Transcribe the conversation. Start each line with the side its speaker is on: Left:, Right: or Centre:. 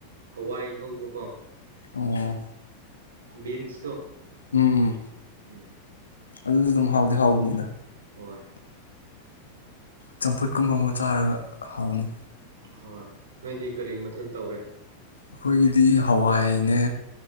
Right: ꯍꯋꯥꯏ ꯉꯧꯕꯀꯣ
Left: ꯑꯣ
Right: ꯕꯤꯟꯁꯇꯣ
Left: ꯎꯨꯝ ꯎꯨꯝ
Right: ꯎꯨꯝ
Left: ꯑꯗꯨꯁꯨ ꯑꯗꯨꯝ ꯍꯥꯎꯗꯤ ꯍꯥꯎꯕꯅꯤꯗ
Right: ꯍꯣꯏ
Left: ꯆꯝꯐꯨꯠ ꯀꯨꯝꯕ ꯑꯃꯨꯒ ꯆꯥꯔꯒ ꯍꯥꯎꯅꯤ
Right: ꯍꯣꯏ ꯅꯣꯏꯗꯤ ꯀꯔꯤ ꯃꯊꯦꯜ ꯇꯧꯔꯦ
Left: ꯑꯩꯈꯣꯏꯒꯤꯗꯤ ꯍꯋꯥꯏ ꯅꯦ